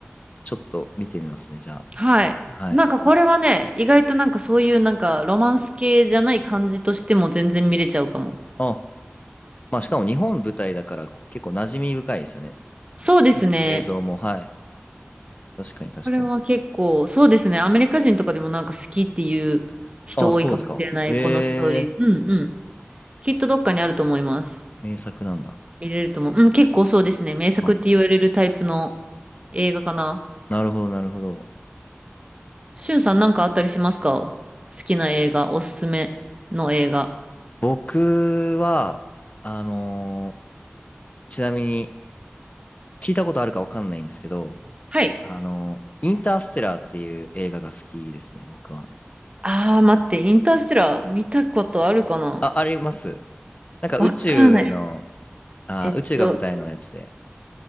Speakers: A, on the left (about 35°); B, on the right (about 25°).
A: ちょっと見てみますね、じゃ
B: はい。
A: あ。はい。
B: なんかこれはね、意外となんかそういうなんかロマンス系じゃない感じとしても全然見れちゃうかも。
A: あ、まあしかも日本舞台だから結構馴染み深いですよね。
B: そうですね。
A: 映像も、はい。確かに確かに。
B: これは結構、そうですね。アメリカ人とかでもなんか好きっていう人多いかもしれない、
A: あ、そうですか。え
B: このストーリー。
A: え
B: うんうん。きっとどっかにあると思います。
A: 名作なんだ。
B: 見れると思う。うん、結構そうですね。名作って言われるタイプの映画かな。
A: あ、なるほど、なるほど。
B: しゅんさんなんかあったりしますか好きな映画、おすすめの映画。
A: 僕は、あのーちなみに、聞いたことあるかわかんないんですけど、
B: はい。
A: あの、インターステラーっていう映画が好きですね、僕は。
B: あー、待って、インターステラー見たことあるかな
A: あ、ありますなんか宇宙の、
B: わからない。
A: あ、
B: えっと、
A: 宇宙が舞台のやつで。